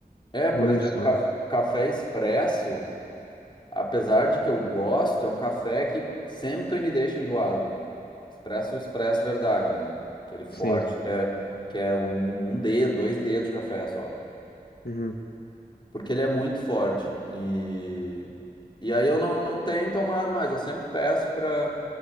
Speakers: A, on the left; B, on the left.
A: é, por
B: ruim
A: exemplo,
B: o estômago.
A: ca- café expresso. Apesar de que eu gosto, é um café que sempre me deixa enjoado. Expresso, expresso, verdade, né? Aquele forte
B: Sim.
A: que é, que é um, um dedo, dois dedos de café só.
B: Uhum,
A: Porque ele é muito forte. E, e aí eu não, não tenho tomado mais. Eu sempre peço para